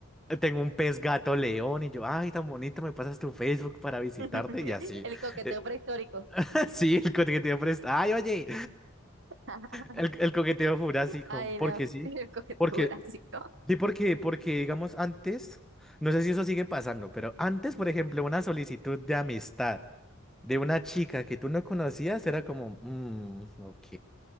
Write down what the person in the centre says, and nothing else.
tengo un pez gato león y yo, ay, tan bonito, me pasas tu Facebook para visitarte
y así.
Eh,
<laughs> sí, el coqueteo fres- Ay, oye,
el, el coqueteo jurásico,
porque
sí,
porque,
sí, porque, porque digamos antes, no sé si eso sigue pasando, pero antes, por ejemplo, una solicitud de amistad de una chica que tú no conocías era como, "Mm, ok,